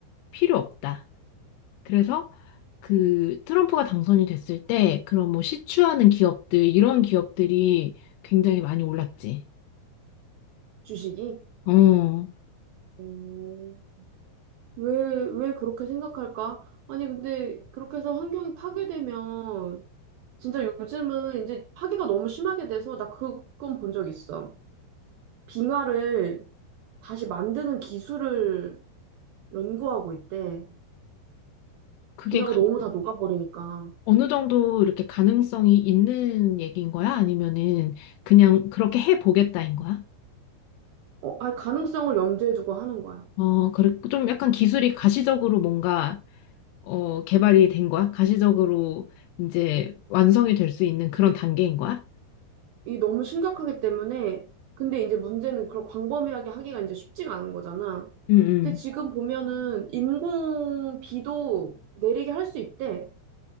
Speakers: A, on the left (about 85°); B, on the right (about 85°).
A: 필요 없다. 그래서 그 트럼프가 당선이 됐을 때, 그런 뭐 시추하는 기업들, 이런 기업들이 굉장히 많이 올랐지.
B: 주식이?
A: 어,
B: 음. 왜, 왜 그렇게 생각할까? 아니, 근데 그렇게 해서 환경이 파괴되면 진짜 요즘은 이제 파괴가 너무 심하게 돼서 나 그건 본 적 있어. 빙하를 다시 만드는 기술을 연구하고 있대.
A: 그게
B: 빙하가
A: 가-
B: 너무 다 녹아버리니까.
A: 어느 정도 이렇게 가능성이 있는 얘기인 거야? 아니면은 그냥 그렇게 해보겠다인 거야?
B: 어, 아, 가능성을 염두에 두고 하는 거야.
A: 어, 그래, 좀 약간 기술이 가시적으로 뭔가 어, 개발이 된 거야? 가시적으로 이제 완성이 될 수 있는 그런 단계인 거야?
B: 이 너무 심각하기 때문에, 근데 이제 문제는 그런 광범위하게 하기가 이제 쉽지가 않은 거잖아.
A: 응,
B: 근데 지금
A: 응.
B: 보면은 인공 비도 내리게 할 수 있대.